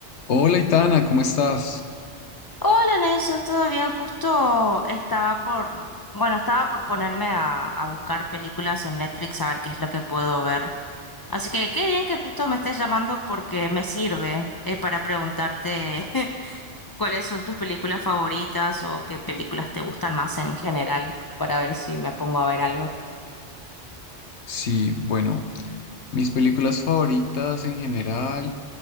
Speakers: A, on the left; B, on the left.
A: Hola, Itana, ¿cómo estás?
B: Hola Nelson, ¿todo bien? Justo estaba por, bueno, estaba por ponerme a, a buscar películas en Netflix a ver qué es lo que puedo ver. Así que qué bien que justo me estés llamando porque me sirve eh, para preguntarte <laughs> cuáles son tus películas favoritas o qué películas te gustan más en general para ver si me pongo a ver algo.
A: Sí, bueno, mis películas favoritas en general